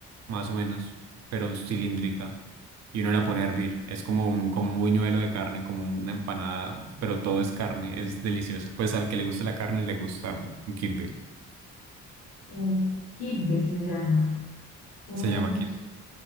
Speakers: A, on the right; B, on the left.
A: más o menos, pero cilíndrica. Y uno la pone a hervir, es como un, como un buñuelo de carne, como una empanada, pero todo es carne, es delicioso. Pues al que le guste la carne le gusta un kibbeh,
B: Ok, Kibbeh se llama. Ok.
A: se llama kibbeh.